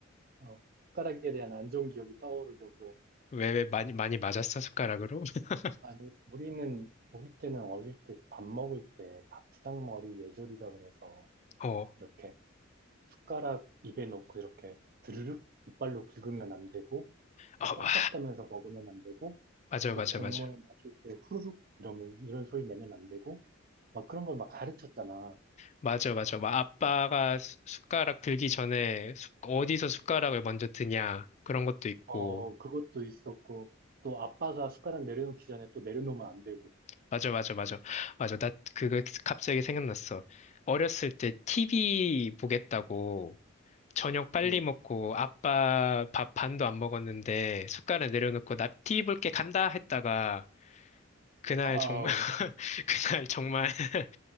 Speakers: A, on the right; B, on the left.
A: 어, 숟가락에 대한 안 좋은 기억이 떠오르려고 해.
B: 왜, 왜 많이, 많이 맞았어, 숟가락으로? <laughs>
A: 아니, 우리는 어릴 때는 어릴 때 밥 먹을 때 밥상머리 예절이라 그래서
B: 어, 어,
A: 이렇게 숟가락 입에 넣고 이렇게 드르륵 이빨로 긁으면 안 되고 또
B: 와.
A: 쩝쩝대면서 먹으면 안 되고
B: 맞아,
A: 또
B: 맞아,
A: 국물
B: 맞아.
A: 마실 때 후루룩 이러면 이런 소리 내면 안 되고 막 그런 걸 막 가르쳤잖아.
B: 맞아, 맞아. 막 아빠가 수- 숟가락 들기 전에 숟- 어디서 숟가락을 먼저 드냐, 그런 것도 있고.
A: 어, 그것도 있었고 또 아빠가 숟가락 내려놓기 전에 또 내려놓으면 안 되고.
B: 맞아, 맞아, 맞아. 맞아. 나 그거 갑자기 생각났어. 어렸을 때 TV 보겠다고 저녁 빨리
A: 응.
B: 먹고 아빠 밥 반도 안 먹었는데 숟가락 내려놓고 나 TV 볼게 간다 했다가 그날
A: 아,
B: 정말, <laughs> 그날 정말, <laughs>